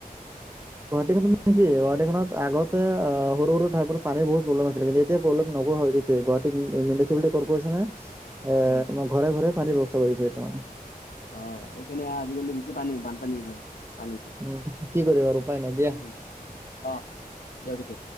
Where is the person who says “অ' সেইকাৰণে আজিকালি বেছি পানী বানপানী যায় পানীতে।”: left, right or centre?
Left